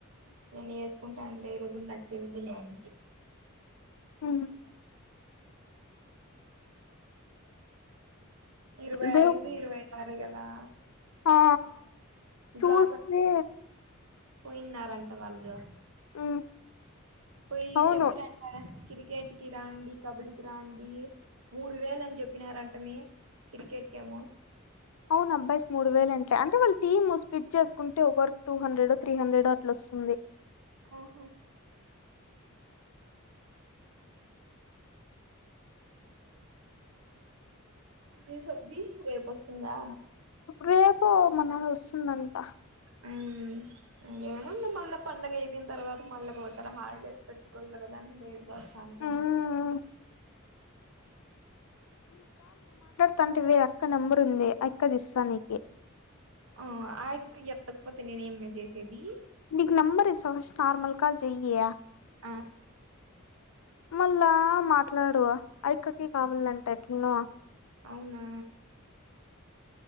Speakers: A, on the right; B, on the left.
A: నేను ఏస్కో కుంటాం లేదు కూడాన్న తేల్దు లే అంటి
B: అ
A: ఇరవై
B: దు
A: ఐదు ఇరవై సరే కదా
B: ఆ చూస్తే
A: బ్లాస్ పోయిన్నారంట వాళ్ళు
B: మ్మ్
A: పోయి
B: అవును
A: చెప్పి రండ క్రికెట్ కి రాండి కబడ్డీకిి రాండి మూడు వేలు అని చెప్పినార అంటమే క్రికెట్ కెమో
B: అవున్ అబ్బయికి మూడు వేల అంటయి అంటే వాళ్ళ టీమ్ స్ప్లిట్ చేసుకుంటే ఒకవరకు టూ హండ్రెడొ త్రీ హండ్రెడో అట్లా అట్లస్తుంది
A: ఆహా మీ సొబ్బి రేపోస్తుందా
B: రేపో మన్నాడో వస్తా వస్తుందంట
A: ఇం ఏముంది మళ్ళీ పండుగ అయిపోయిన తర్వాత మళ్ళీ పోతారు హాలిడేస్ పెట్టుకోలేదు కదా లే గాస్తా అంటారు
B: మ్మ్ తంట వేరెక్క నెంబరు ఉంది అయక్కది ఇస్తా నీకి
A: ఆ ఆయక్క ఎత్తకపోతే నేను ఏం మే చేసేది
B: నీకు నెంబర్ ఇస్తా ఫస్ట్ నార్మల్ కాల్ జయ్యి
A: ఆ
B: మళ్ళా మాట్లాడువా ఆయక్కకి కావాలంటే ఎట్ననో
A: అవునా